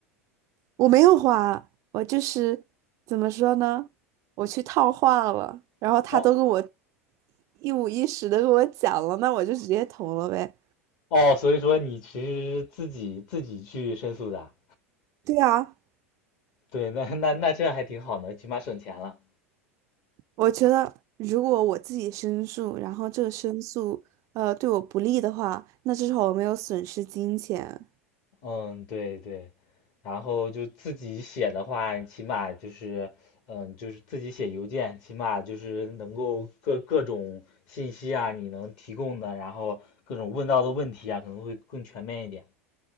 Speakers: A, on the right; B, on the left.
A: 我没有花，我就是怎么说呢，我去套话了，然后他都跟我
B: <laughs> 哦
A: 一五一十的跟我讲了，那我就直接投了呗。
B: 哦，所以说你其实是自己自己去申诉的啊，
A: 对啊，
B: 对，那那那这样还挺好的，起码省钱了。
A: 我觉得，如果我自己申诉，然后这个申诉呃对我不利的话，那至少我没有损失金钱。
B: 嗯，对对，然后就自己写的话，起码就是，嗯，就是自己写邮件，起码就是能够各各种信息啊，你能提供的，然后各种问到的问题啊，可能会更全面一点。